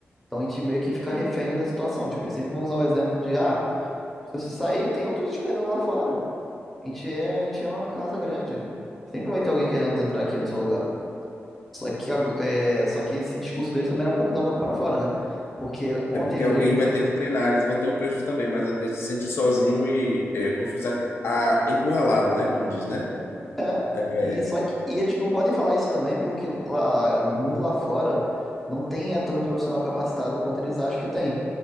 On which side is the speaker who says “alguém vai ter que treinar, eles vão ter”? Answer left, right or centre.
Left